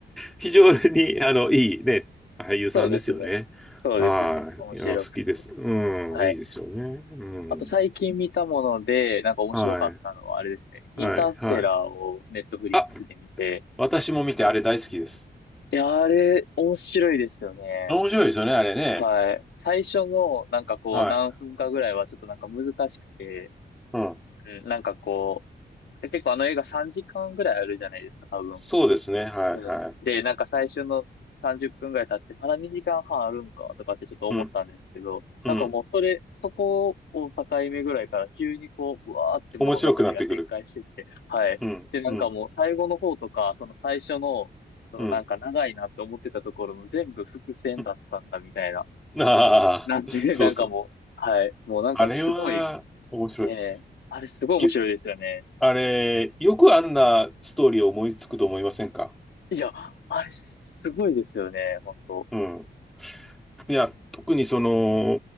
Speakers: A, in the centre; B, on the left.
A: 非常に、あの、いいね、俳優さんですよね。
B: そうですね。そうですね。
A: はい。
B: 面白く。
A: いや、好きです。うん、
B: はい。
A: いいですよね。うん。
B: あと最近見たもので、なんか面白かったのは、
A: はい。
B: あれですね。インターステラーをネットフリックスで見て、
A: はい。はい。あ、私も見てあれ大好きです。
B: いや、あれ、面白いですよね。
A: 面白いですよね、あれね。
B: はい。最初の、なんかこう、
A: はい。
B: 何分かぐらいはちょっとなんか難しくて、
A: うん。
B: うん、なんかこう、結構あの映画3時間ぐらいあるじゃないですか、多分。
A: そうですね。はい。
B: うん。
A: はい。
B: で、なんか最初の30分ぐらい経って、まだ2時間半あるんかとかってちょっと思ったんですけど、
A: うん。
B: なんかもうそれ、
A: うん。
B: そこを境目ぐらいから急にこう、ぶわーって物語が展開してって、
A: 面白くなってくる。
B: はい。
A: うん。
B: で、なんかもう最後の方とか、
A: うん。
B: その最初の、そのなんか長いなって思ってたところも全部伏線だったんだみたいな。
A: うん。うんああ、
B: なんていう、
A: <laughs> そうそう。
B: なんかもう、はい。もうなんかすごい、
A: あれは、面白い。
B: ねえ、あれすごい面白いですよね。
A: ゆあれ、よくあんなストーリーを思いつくと思いませんか
B: いや、あれすごいですよね、本当。
A: うん。いや、特にその、